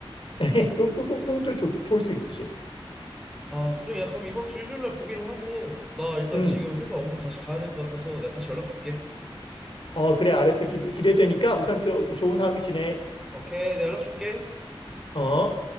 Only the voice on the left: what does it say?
<laughs> 그, 그, 그, 그것도
좋, 좋을 수 있지.
음.
어, 그래, 알았어. 기, 기대되니까 우선 그 좋은 하루 지내.
어.